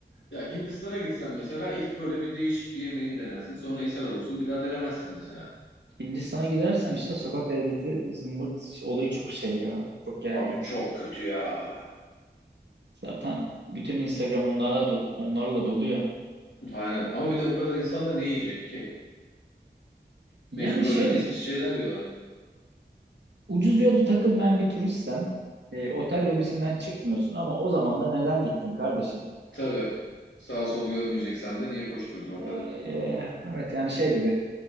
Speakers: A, on the left; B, on the right.
A: Ya Hindistan'a gitsen mesela ilk böyle bir değişik bir yemeğini denersin. Sonra ishal olursun. Bir daha denemezsin mesela.
B: Hindistan'a gidersen işte sokak lezzeti zımbırt olayı çok şey ya. Çok gergin.
A: Abi çok kötü ya.
B: Zaten bütün Instagram onlarla do- onlarla dolu ya.
A: Aynen. Ama bir de o kadar insan da ne yiyecek ki?
B: Yani
A: Mecbur öyle
B: şey
A: pis pis şeyler yiyorlar.
B: ucuz yollu takılmayan bir turistsen e, otel lobisinden çıkmıyorsun ama o zaman da neden gittin kardeşim?
A: Tabii. Sağ solu görmeyeceksen de niye koşturdun o
B: E, e,
A: kadar?
B: evet yani şey gibi